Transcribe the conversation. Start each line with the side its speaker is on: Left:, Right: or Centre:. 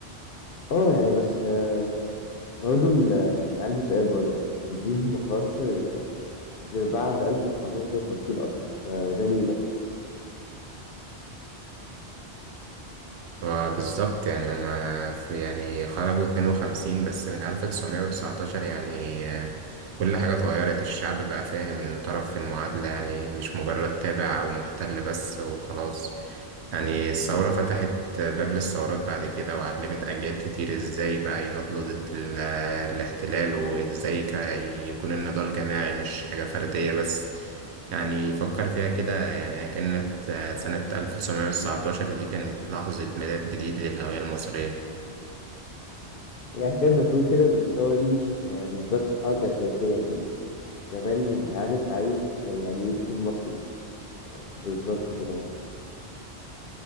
Left: اه يعني بس آه، برضه ال- يعني عندي سؤال برضه يعني الإنجليز ما خرجش غير بعد 1952 أصلا فده ليه بقى؟
Right: آه، بالظبط يعني هما في- يعني خرجوا 52 بس من 1919 يعني آه، كل حاجة اتغيرت الشعب بقى فاهم إنه طرف في المعادلة يعني مش مجرد تابع أو محتل بس وخلاص يعني الثورة فتحت باب للثورات بعد كده وعلمت أجيال كتير إزاي بقى يناضلوا ضد ال- الاحتلال وإزاي كا- يكون النضال جماعي مش حاجة فردية بس يعني فكر فيها كده يعني كانت سنة 1919 دي كانت لحظة ميلاد جديد للهوية المصرية
Left: يعني تقدر تقول كده إن الثورة دي مش آه، مش بس حركة سياسية دي كمان إعادة تعريف يعني إيه تكون مصري بالظبط كده يعني